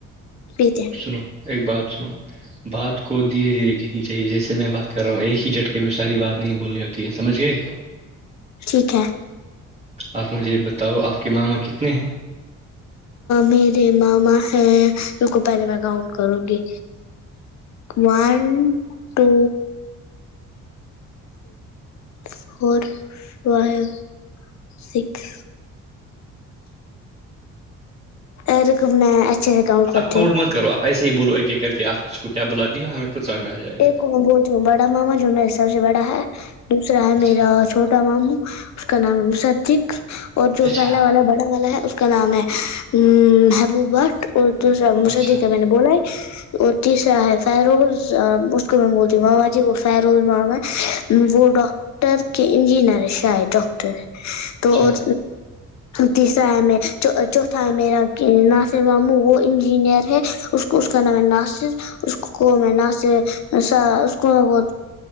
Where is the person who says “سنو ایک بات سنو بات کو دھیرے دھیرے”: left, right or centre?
Right